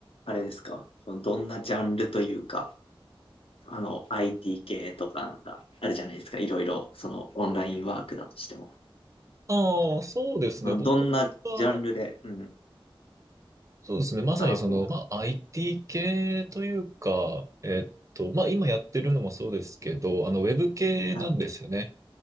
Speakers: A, on the left; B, on the right.
A: あれですかどんなジャンルというか、あの、IT 系とかなんか、あるじゃないですか。いろいろ、その、オンラインワークだとしても。
B: ああ、そうですね。
A: うん、
B: 僕は、
A: どんなジャンルで、うん、
B: そうですね。まさにその、
A: 働こうと。
B: まあ、IT 系というか、えっと、まあ、今やってるのもそうですけど、あの、ウェブ系なんですよね。
A: はい。